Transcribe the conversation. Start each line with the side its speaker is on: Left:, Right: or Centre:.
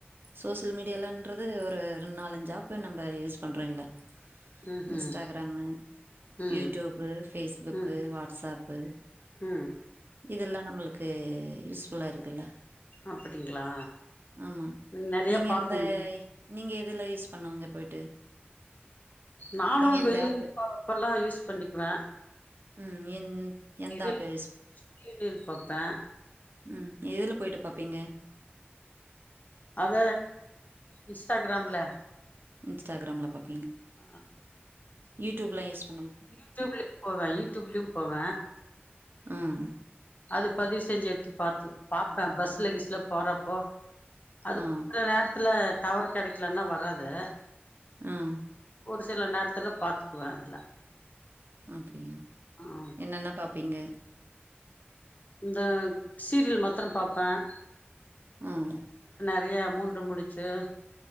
Right: சோசியல் மீடியாலன்றது ஒரு ரெண் நாலஞ்சு ஆப்பு நம்ப யூஸ் பண்ற இல்ல
Left: ம்
Right: இன்ஸ்டாகிராமு
Left: ம் ம்
Right: யூடியூபு பேஸ்புக்கு
Left: ம்
Right: வாட்ஸ்ஆப்பு
Left: ம்
Right: இதெல்லா நம்மளுக் து யூஸ் ஃபுல்லா இருக்குல்ல
Left: அப்டிங்களா
Right: ஆமா
Left: நெறைய
Right: நீங்க
Left: பாப்பீங்
Right: எந்த நீங்க எதுல யூஸ் பண்ணாங்க போயிட்டு
Left: நானு
Right: நீங்க எந்த
Left: வெளில்
Right: ஆப்பு
Left: போறப்பெல்லா யூஸ் பண்ணிக்குவ
Right: ம் எந் எந்த
Left: ஈசி
Right: ஆப்ப
Left: மிதிரு பாப்ப
Right: உம் எதுல போயிட்டு பாப்பீங்க
Left: அத இன்ஸ்டாகிராம்ல
Right: இன்ஸ்டாகிராம்ல பாப்
Left: அ
Right: யுடியூப்ல ஸ்
Left: யுடியூப்லயு போவ யுடியூப்லும் போவ
Right: ஆஹ்
Left: அது பதிவு செஞ்சு எடுத்து பார்த்து பாப்பேன் பஸ்ல கிஷ்லா போறப்போ அது
Right: ஆ,
Left: நேரத்துல டவர் கிடைக்கலன்னா வராது
Right: ஆஹ்
Left: ஒரு சில நேரத்துல பாத்துக்குவேன் அதுல
Right: அப்படியா
Left: ம்
Right: என்னன்னா பா ப்பிங்க
Left: இந்த சீரியல் மாத்திரம் பாப்பேன்
Right: ஆஹ்
Left: நெறய மூன்று முடிச்சு